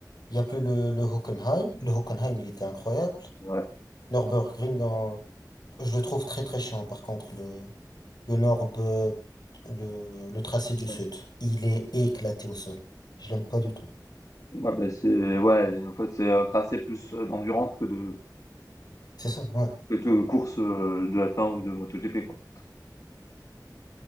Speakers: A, on the left; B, on the left.
A: Il n'y a plus le, le Hockenheim. Le Hockenheim, il était incroyable.
B: Ouais,
A: Nürburgring, en- je le trouve très très chiant par contre, le, le Nürb- le, le tracé du Sud.
B: ouais.
A: Il est éclaté au sol. Je l'aime pas du tout.
B: Ouais, bah, c'est ouais, en fait, c'est un tracé plus, heu, d'endurance que de
A: C'est ça, ouais.
B: que de course, heu, de F1 ou de MotoGP, quoi.